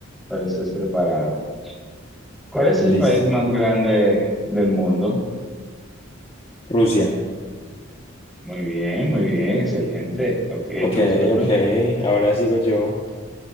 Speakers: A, in the centre; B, on the left (about 30°).
A: pero estés preparado. ¿Cuál es el
B: Listo.
A: país más grande del mundo?
B: Rusia.
A: Muy bien, muy bien, excelente. Ok,
B: Ok,
A: tu turno.
B: ok. Ahora sigo yo.